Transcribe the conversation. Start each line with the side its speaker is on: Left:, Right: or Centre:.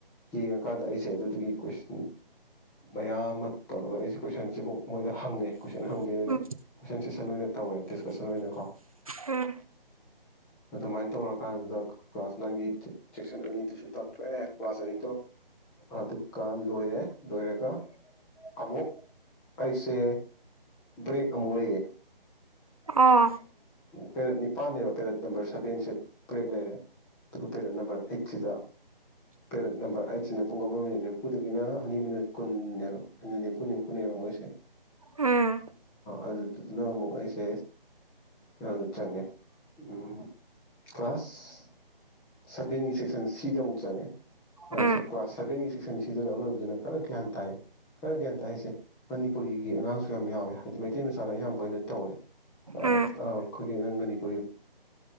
Centre: ꯌꯦꯡꯉꯀꯥꯟꯗ ꯑꯩꯁꯦ ꯑꯗꯨꯗꯨꯒꯤ ꯀꯣꯏꯁꯟ ꯃꯌꯥꯝ ꯑꯃ ꯇꯧꯔꯒ ꯑꯩꯁꯦ ꯀꯣꯏꯁꯟꯁꯤꯐꯥꯎ ꯃꯣꯏꯗ ꯍꯪꯉꯦ ꯀꯣꯏꯁꯟ ꯍꯪꯕꯩ ꯑꯣꯏꯅ
Right: ꯎꯝ
Centre: ꯀꯣꯏꯁꯟ ꯁꯦꯁꯟ ꯑꯣꯏꯅ ꯇꯧꯔꯦ ꯗꯤꯁꯀꯁꯟ ꯑꯣꯏꯅꯀꯣ
Right: ꯎꯝ
Centre: ꯑꯗꯨꯃꯥꯏꯅ ꯇꯧꯔꯀꯥꯟꯗ ꯀ꯭ꯂꯥꯁ ꯅꯥꯏꯟꯒꯤ ꯁꯦꯛꯁꯟ ꯑꯅꯤꯗꯨꯁꯨ ꯇꯥꯛꯊꯣꯛꯑꯦ ꯀ꯭ꯂꯥꯁ ꯑꯅꯤꯗꯣ ꯑꯗꯨꯒ ꯂꯣꯏꯔꯦ ꯂꯣꯏꯔꯒ ꯑꯗꯨꯒ ꯑꯃꯨꯛ ꯑꯩꯁꯦ ꯕ꯭ꯔꯦꯛ ꯑꯃꯨꯛ ꯂꯩꯌꯦ
Right: ꯑꯥ
Centre: ꯄꯦꯔꯠ ꯅꯤꯄꯥꯟꯅꯦꯕ ꯄꯦꯔꯠ ꯅꯝꯕꯔ ꯁꯕꯦꯟꯁꯦ ꯕ꯭ꯔꯦꯛ ꯂꯩꯔꯦ ꯑꯗꯨꯒ ꯄꯦꯔꯠ ꯅꯝꯕꯔ ꯑꯩꯠ ꯁꯤꯗ ꯄꯦꯔꯠ ꯅꯝꯕꯔ ꯑꯩꯠꯁꯤꯅ ꯄꯨꯡ ꯑꯃ ꯃꯤꯅꯤꯠ ꯅꯤꯐꯨꯗꯒꯤꯅ ꯑꯅꯤ ꯃꯤꯅꯤꯠ ꯀꯨꯟꯅꯦꯕ ꯑꯩꯅ ꯅꯤꯐꯨ ꯅꯤꯐꯨꯅꯦꯕ ꯃꯣꯏꯁꯦꯥ
Right: ꯎꯝ
Centre: ꯑꯗꯨꯗꯨꯗꯨꯅ ꯑꯃꯨꯛ ꯑꯩꯁꯦ ꯈꯩꯅ ꯑꯗꯨ ꯆꯪꯦ ꯎꯝ ꯀ꯭ꯂ ꯀ꯭ꯂꯥꯁ ꯁꯦꯡꯒꯤ ꯁꯦꯛꯁꯟ ꯁꯥ ꯃꯆꯆꯥꯦ ꯑ
Right: ꯎꯝ
Centre: ꯁꯦ ꯀ꯭ꯂꯥꯁ ꯁꯦꯚꯦꯟ ꯁꯤꯛꯁ ꯁꯤꯗꯨꯅ ꯑꯔꯣꯏꯕꯗꯨꯅ ꯈꯔ ꯒ꯭ꯌꯥꯟ ꯇꯥꯏꯌꯦ ꯈꯔ ꯒ꯭ꯌꯥꯟ ꯇꯥꯏ ꯍꯥꯏꯁꯦ ꯃꯅꯤꯄꯨꯔꯤꯒꯤ ꯑꯉꯥꯡꯁꯨ ꯌꯥꯝ ꯌꯥꯎꯋꯦ ꯍꯥꯏꯗꯤ ꯃꯩꯇꯩ ꯃꯆꯥꯅ ꯑꯌꯥꯝꯕ ꯑꯣꯏꯅ ꯇꯧꯔꯦ ꯑ
Right: ꯎꯝ
Centre: ꯑ ꯑꯩꯈꯣꯏꯒꯤ ꯅꯟ ꯃꯅꯤꯄꯨꯔ